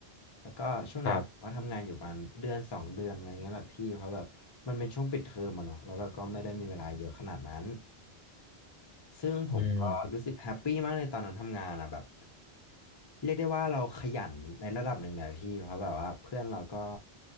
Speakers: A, on the left; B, on the left.
A: แล้วก็ช่วงนั้นผมก็ทำงานอยู่ประมาณเดือนสองเดือนอะไรเงี้ยแหละพี่เพราะแบบมันเป็นช่วงปิดเทอมอะเนาะแล้วเราก็ไม่ได้มีเวลาเยอะขนาดนั้น
B: ครับ
A: ซึ่งผมก็รู้สึกแฮปปี้มากเลยตอนนั้นทำงานอะแบบ
B: อืม
A: เรียกได้ว่าเราขยันในระดับหนึ่งแหละพี่เพราะแบบว่าเพื่อนเราก็